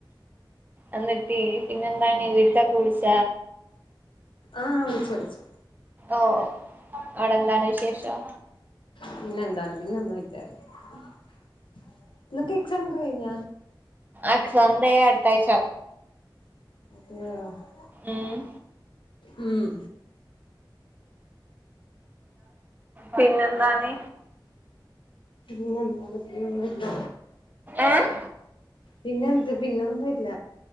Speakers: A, on the right; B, on the left.
A: എന്നിട്ടീ പിന്നെന്തണ വീട്ടാെ വിളിച്ച
B: ആഹ് വിളിച്ചളിച്ച
A: ഓ അവിടെ എന്താണ് വിശേഷം
B: പിന്നെ എന്താണ് പിന്ന ഒന്നും ഇല്ലക്ക് എക്സാം ഒക്കെ കഴിഞ്ഞ
A: എക്സമന്റെ അടുത്താഴ്ച
B: അത
A: ഉം
B: ഉം
A: പിന്നെ എന്താണ്
B: പിന്നെ എന്താണ് പിന്നൊന്നുമില്ല
A: ഏഹ്
B: പിന്നെന്ത് പിന്നൊന്ന്.. ഇല്ല